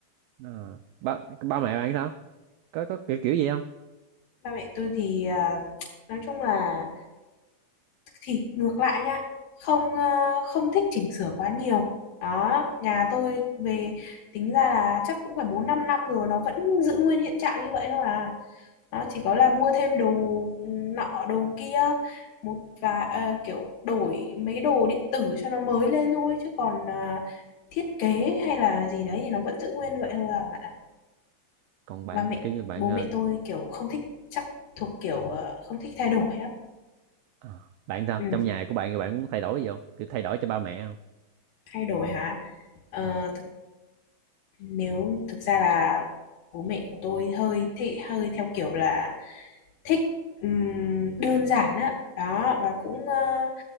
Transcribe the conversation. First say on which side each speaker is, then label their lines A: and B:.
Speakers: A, on the right; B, on the left.
A: Ờ, ba ba mẹ bạn sao có có kiểu kiểu gì không
B: Ba mẹ tôi thì ờ, nói chung là thì ngược lại nha không ờ, không thích chỉnh sửa quá nhiều đó nhà tôi về tính ra là chắc cũng phải bốn năm năm rồi nó vẫn giữ nguyên hiện trạng như vậy thôi à nó chỉ
A: Ờ.
B: có là mua thêm đồ ừ, nọ đồ kia một và ờ, kiểu đổi mấy cái đồ điện tử cho nó mới lên thôi chứ còn ờ, thiết kế hay là gì đấy thì nó vẫn giữ nguyên vậy thôi à bạn ạ
A: còn bạn
B: ba mẹ
A: kiểu như bạn
B: bố
A: ờ,
B: mẹ tôi kiểu không thích chắc thuộc kiểu ờ, không thích thay đổi á
A: ờ, bạn sao
B: ừ,
A: trong nhà của bạn thì bạn cũng thay đổi gì không kiểu thay đổi cho ba mẹ không
B: thay đổi hả Ờ,
A: Ờ.
B: nếu thực ra là bố mẹ của tôi hơi thị hơi theo kiểu là thích ừm, đơn giản á đó và cũng ờ,